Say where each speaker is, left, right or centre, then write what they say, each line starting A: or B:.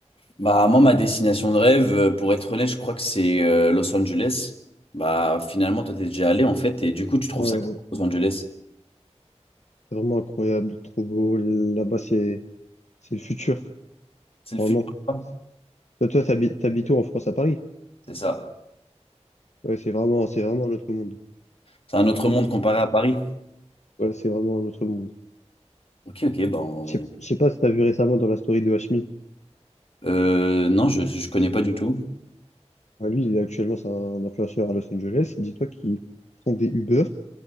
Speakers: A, on the left (about 55°); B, on the left (about 80°).
A: Bah, moi, ma destination de rêve, euh, pour être honnête, je crois que c'est euh, Los Angeles. Bah, finalement, toi, t'es déjà allé, en fait, et du coup, tu trouves
B: Ouais,
A: ça comment,
B: ouais,
A: Los Angeles?
B: c'est vraiment incroyable, trop beau. Là-bas, c'est, c'est le futur,
A: C'est le
B: vraiment.
A: futur, quoi.
B: Toi, toi, t'habites, t'habites où en France, à Paris?
A: C'est ça.
B: Ouais, c'est vraiment, c'est vraiment un autre monde.
A: C'est un autre monde comparé à Paris.
B: Ouais, c'est vraiment un autre monde.
A: Ok, ok, bah, on-
B: Je sais je sais pas si t'as vu récemment dans la story de Hashmi.
A: euh, non, je, je connais pas du tout.
B: Ah, Lui, il est actuellement, c'est un influenceur à Los Angeles. Dis-toi qu'il prend des Uber.